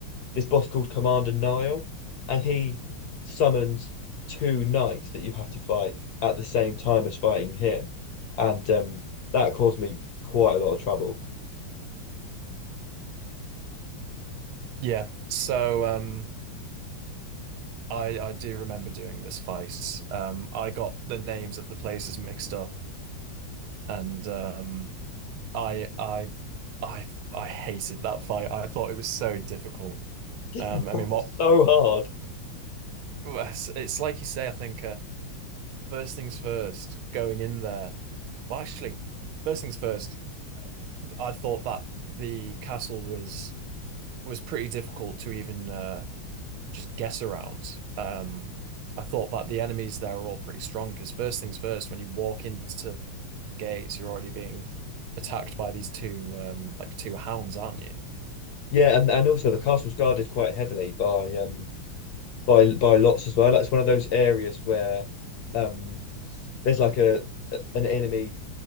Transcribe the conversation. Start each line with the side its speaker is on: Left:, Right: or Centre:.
Left: this boss called Commander Nile, and he summons two knights that you have to fight at the same time as fighting him, and um, that caused me quite a lot of trouble. <laughs>
Right: Yeah. So um I I do remember doing this face. Um I got the names of the places mixed up and um, I I I I hated that fight. I thought it was so difficult.
Left: It
Right: Um,
Left: was
Right: I mean, what
Left: so hard.
Right: well, it's like you say. I think uh, first things first, going in there. Well, actually, first things first. I thought that the castle was was pretty difficult to even uh, just guess around. Um, I thought that the enemies there are all pretty strong because first things first, when you walk into gates, you're already being attacked by these two um like two hounds, aren't you?
Left: Yeah, and, and also the castle's guarded quite heavily by um by by lots as well. Like it's one of those areas where um there's like a an enemy